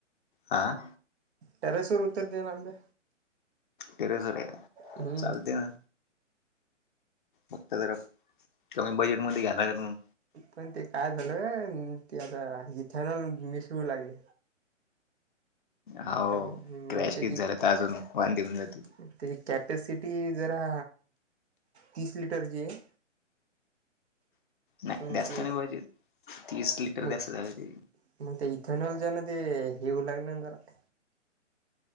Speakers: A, on the left; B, on the right.
A: आह.
B: टेरेसवर उत्तर दे ना बे
A: टेरेस वर आहे
B: हम्म
A: चालते ना. फक्त तर कमी बजेटमध्येध्ये घ्याला लागेल मग
B: पण ते काय झालं ते आता इथेनॉल मिसळू लागलं
A: हो
B: तर
A: क्रॅश
B: मग त्याची
A: किट झालं तर अजून वांदे होऊन जातील
B: त्याची कॅपॅसिटी जरा तीस लिटरची आहे
A: नाही
B: तर मग
A: द्यास्त
B: ते
A: नाही पाहिजे तीस लिटर
B: मग
A: द्यास्त द पाहिज
B: मग ते इथेनॉलच्या न येऊ लागले ना जरा